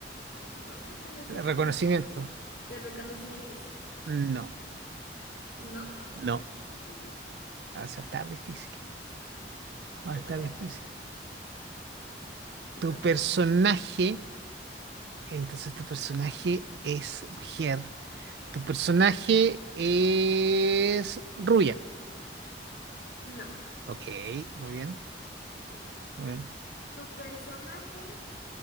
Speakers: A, on the left; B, on the right.
A: ¿Cómo se llamaban? Bueno, sí,
B: ¿Reconocimiento?
A: de los de reconocimiento, exactamente.
B: No.
A: ¿No? Ok,
B: No.
A: <laughs>
B: Ah, eso va a estar difícil. Va a estar
A: ya
B: difícil.
A: vi, te
B: ¿Tu
A: toca.
B: personaje? Entonces, tu personaje es mujer. ¿Tu personaje es rubia?
A: No,
B: Ok, muy bien.
A: ok.
B: Muy bien.
A: ¿Tu personaje